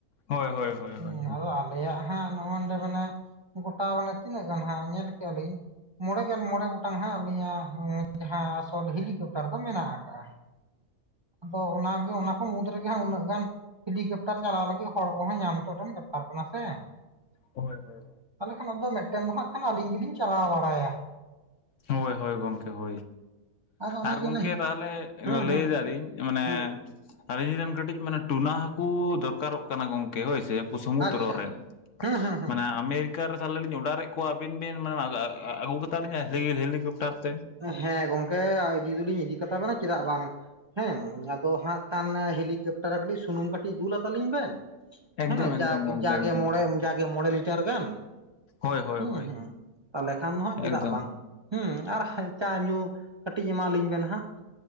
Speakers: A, on the left; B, on the right.
A: ᱦᱳᱭ
B: ᱾
A: ᱦᱳᱭ ᱦᱳᱭ ᱦᱳᱭ
B: ᱟᱫᱚ ᱟᱞᱮᱭᱟᱜ ᱦᱟᱸᱜ ᱱᱚᱜ ᱚᱱᱰᱮ ᱢᱟᱱᱮ ᱜᱚᱴᱟ ᱢᱟᱱᱮ ᱛᱤᱱᱟᱹᱜ ᱜᱟᱱ ᱦᱟᱸᱜ ᱧᱮᱞ ᱠᱮᱜ ᱟᱞᱤᱧ ᱢᱚᱬᱮ ᱜᱮᱞ ᱢᱚᱬᱮ ᱜᱚᱴᱟᱝ ᱦᱟᱸᱜ ᱟᱹᱞᱤᱧᱟᱜ ᱡᱟᱦᱟᱸ ᱟᱥᱚᱞ ᱦᱮᱞᱤᱠᱟᱯᱴᱟᱨ ᱫᱚ ᱢᱮᱱᱟᱜ ᱟᱠᱟᱜᱼᱟ ᱾ ᱟᱫᱚ ᱚᱱᱟᱜᱮ ᱚᱱᱟ ᱠᱚ ᱢᱩᱫᱽ ᱨᱮᱜᱮ ᱦᱟᱸᱜ ᱩᱱᱟᱹᱜ ᱜᱟᱱ ᱦᱤᱞᱤᱠᱟᱯᱴᱟᱨ ᱪᱟᱞᱟᱣ ᱞᱟᱹᱜᱤᱜ ᱦᱚᱲ ᱠᱚᱦᱚᱸ ᱧᱟᱢ ᱛᱚ ᱴᱷᱮᱱ ᱫᱚᱨᱠᱟᱨ ᱠᱟᱱᱟ ᱥᱮ ᱾
A: ᱦᱳᱭ ᱦᱳᱭ᱾
B: ᱛᱟᱦᱚᱸᱞᱮ ᱠᱷᱟᱱ ᱟᱫᱚ ᱢᱤᱫᱴᱮᱱ ᱫᱚ ᱦᱟᱸᱜ ᱠᱷᱟᱱ ᱟᱞᱤᱧ ᱜᱤᱞᱤᱧ ᱪᱟᱞᱟᱣ ᱵᱟᱲᱟ ᱭᱟ ᱾
A: ᱦᱳᱭ ᱦᱳᱭ ᱜᱚᱝᱠᱮ ᱦᱳᱭ᱾
B: ᱟᱫᱚ ᱚᱱᱟᱜᱮ
A: ᱟᱨ ᱜᱚᱝᱠᱮ
B: ᱚᱱᱟ ᱦᱮᱸ
A: ᱛᱟᱦᱟᱞᱮ
B: ᱦᱮᱸ
A: ᱞᱟᱹᱭ
B: ᱦᱮᱸ
A: ᱫᱟᱞᱤᱧ ᱡᱮ ᱢᱟᱱᱮ,
B: ᱦᱮᱸ
A: ᱟᱹᱞᱤᱧ ᱨᱮᱱ ᱠᱟᱹᱴᱤᱡ ᱢᱟᱱᱮ ᱴᱩᱱᱟ ᱦᱟᱹᱠᱩ ᱫᱚᱨᱠᱟᱨᱚᱜ ᱠᱟᱱᱟ ᱜᱚᱝᱠᱮ ᱦᱳᱭᱥᱮ ᱾ ᱥᱚᱢᱩᱫᱽᱫᱨᱚ
B: ᱟᱪᱪᱷᱟ
A: ᱨᱮᱱ,
B: ᱟᱪᱪᱷᱟ ᱦᱮᱸ ᱦᱮᱸ ᱦᱮᱸ
A: ᱢᱟᱱᱮ ᱟᱢᱮ ᱠᱟ ᱨᱮ ᱛᱟᱦᱚᱸᱞᱮ ᱞᱤᱧ ᱚᱰᱟᱨᱮᱜ ᱠᱚᱣᱟ ᱟᱹᱵᱤᱱ ᱵᱤᱱ ᱚᱱᱟ ᱟᱹᱜᱩ ᱠᱟᱛᱟ ᱞᱤᱧᱟ ᱦᱮᱞᱤᱠᱟᱯᱴᱟᱨ ᱛᱮ᱾
B: ᱦᱮᱸ ᱜᱚᱝᱠᱮ ᱤᱫᱤ ᱫᱚᱞᱤᱧ ᱤᱫᱤ ᱠᱟᱛᱟ ᱵᱮᱱᱟ ᱪᱮᱫᱟᱜ ᱵᱟᱝ᱾ ᱦᱮᱸ ᱟᱫᱚ ᱦᱟᱸᱜ ᱠᱷᱟᱱ ᱦᱮᱞᱤᱠᱟᱯᱴᱟᱨ ᱨᱮ ᱠᱟᱹᱴᱤᱡ ᱥᱩᱱᱩᱢ ᱠᱟᱹᱴᱤᱡ ᱫᱩᱞᱟ ᱛᱟᱞᱤᱧ ᱵᱮᱱ᱾
A: ᱮᱠᱫᱚᱢ
B: ᱦᱮᱸ
A: ᱮᱠᱫᱚᱢ
B: ᱡᱟᱜ
A: ᱜᱚᱝᱠᱮ
B: ᱡᱟᱜᱮ
A: ᱮᱠᱫᱚᱢ
B: ᱢᱚᱬᱮ ᱡᱟᱜᱮ ᱢᱚᱬᱮ ᱞᱤᱴᱟᱨ ᱜᱟᱱ ᱾
A: ᱦᱳᱭ ᱦᱳᱭ
B: ᱦᱩᱸ
A: ᱦᱳᱭ
B: ᱦᱩᱸ ᱛᱟᱦᱚᱸᱞᱮ ᱠᱷᱟᱱ ᱦᱚᱸ ᱪᱮᱫᱟᱜ
A: ᱮᱠᱫᱚᱢ
B: ᱵᱟᱝ ᱾ ᱦᱩᱸ ᱟᱨ ᱪᱟ ᱧᱩ ᱠᱟᱹᱴᱤᱡ ᱮᱢᱟ ᱟᱹᱞᱤᱧ ᱵᱮᱱ ᱦᱟᱸᱜ ᱾